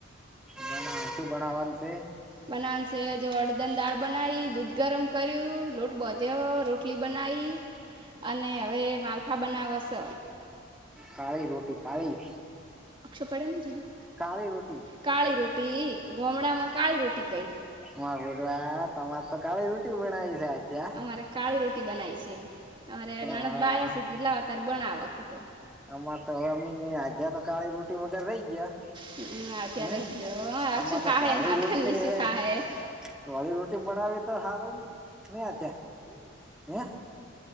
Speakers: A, in the centre; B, on the right.
A: બોલો શું બણાવાનું સે?
B: બનાવાનું સે જો અડદન દાળ બનાઈ, દૂધ ગરમ કર્યું, લોટ બોધ્યો, રોટ ટલી બનાઈ અને હવે માલફા બનાવશ.
A: કાળી રોટી કાળી
B: અક્ષપાળાની જમીન
A: કાળી રોટી
B: કાળી રોટી ગોમડામાં કાળી રોટી કઈ.
A: માર બેટો આ તમાર તો કાળી રોટી બનાઈ છે આજ. ગયા?
B: અમારે કાળી રોટી બનાવી છે અમારે નણદ
A: <inaudible>
B: બાયા છે કીધું લાવ તાર બનાવવા કીધું
A: અમાર તો હવે અમીની આધ્યા તો કાળી રોટી વગર રહી ગયા.
B: હમ, આ ત્યાં
A: હે
B: રહી ગયો હવે અક્ષુ
A: અમાર તો
B: ખાહે
A: ધોળી
B: ને હાટાન
A: રોટલી
B: નિશુ
A: હવે
B: ખાહે
A: ધોળી રોટી બનાવી તો હારું ન ને આધ્યા હે